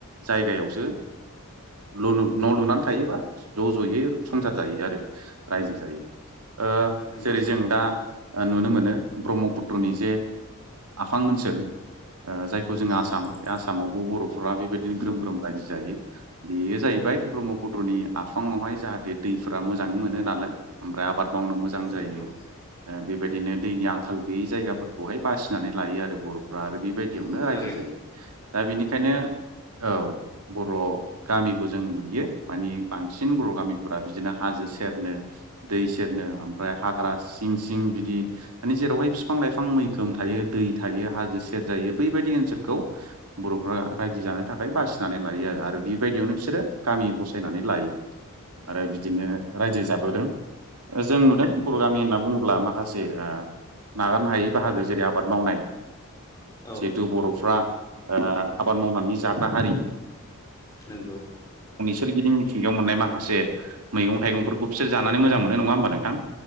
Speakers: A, on the right; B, on the left.
A: जायगायावसो ओ ल न' लुनानै थायोबा ज'-ज'यै संसार जायो आरो रायजो जायो। ओ
B: नंगौ
A: जेरै जों दा नुनो मोनो ब्रह्मपुत्रनि जे आफां ओनसोल ओ जायखौ जों आसाम
B: नंगौ
A: बे आसामावबो बर'फोरा बे बिनो ग्रोम ग्रोम बायदि जायो बेयो जाहैबाय ब्रह्मपुद्रनि आफाङावहाय जाहाथे दैफोरा मो जां मोनो नालाय ओमफ्राय आबाद मावनो मोजां जायो
B: नंगौ
A: बेबायदिनो दैनि आंखाल गैयै जायगाफोरखौहाय बासिनानै लायो आरो बर' फ्रा आरो बेबायदियावनो
B: नंगौ
A: रायजो
B: थारैनो
A: जायो दा बेनिखायनो औ बर' गामिखौ जों नुयो मानि बांसिन बर' गामिफोरा बिदिनो हाजो सेरनो दै सेरनो हाग्रा सिं सिं बिदि जेरावाय बिफां लाइफां मैखोम थायो दै थायो हाजो सेर जायो बैबायदि ओनसोलखौ बर'फ्रा रायजो जानानै थाखाय बासिनानै लायो आरो आरो बेबायदियावनो बिसोरो गामि बसायनानै लायो आरो बिदिनो रायजो जाबोदों। जों नुदों बर' गामि होनना बुङोब्ला माखासे ओ नागारनो हायै बाहागो जेरै आबाद मावनाय
B: औ
A: जिहेथु बर'फ्रा ओ आबाद मावनानै जाग्रा हारि
B: नंगौ।
A: बिसोर गिदिं मिथिंगायाव मोननाय माखासे मैगं-थाइगंफोरखौ बिसोर जानानै मोजां मोनो नङा होमबा नोंथां?